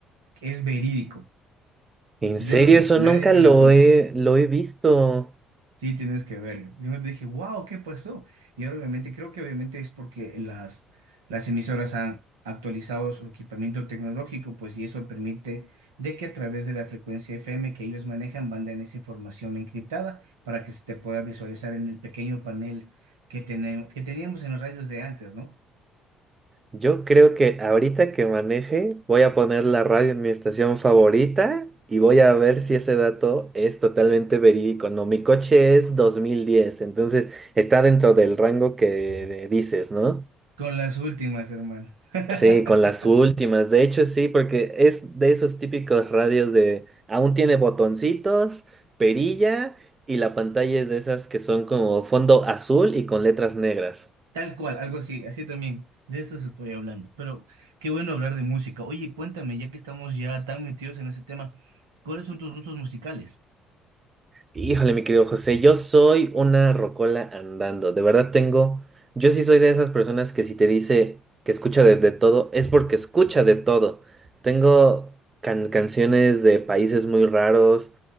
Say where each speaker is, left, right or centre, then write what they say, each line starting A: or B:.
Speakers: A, on the right (about 75°); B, on the right (about 25°).
A: Es verídico.
B: ¿En
A: Yo
B: serio?
A: lo vi,
B: Eso
A: nadie
B: nunca
A: me
B: lo
A: lo contó.
B: he, lo he visto.
A: Sí, tienes que verlo. Yo me dije, wow, ¿qué pasó? Y ahora obviamente creo que obviamente es porque las, las emisoras han actualizado su equipamiento tecnológico, pues y eso permite de que a través de la frecuencia FM que ellos manejan, manden esa información encriptada para que se te pueda visualizar en el pequeño panel que, tenemos, que teníamos en los radios de antes, ¿no?
B: Yo creo que ahorita que maneje, voy a poner la radio en mi estación favorita y voy a ver si ese dato es totalmente verídico. No, mi coche es 2010, entonces está dentro del rango que dices, ¿no?
A: Con las últimas, hermano. <laughs>
B: Sí, con las últimas. De hecho, sí, porque es de esos típicos radios de aún tiene botoncitos, perilla y la pantalla es de esas que son como fondo azul y con letras negras.
A: Tal cual, algo así, así también. De eso se estoy hablando. Pero qué bueno hablar de música. Oye, cuéntame, ya que estamos ya tan metidos en ese tema, ¿cuáles son tus gustos musicales?
B: Híjole, mi querido José, yo soy una rocola andando. De verdad tengo, yo sí soy de esas personas que si te dice que escucha de, de todo, es porque escucha de todo. Tengo can- canciones de países muy raros,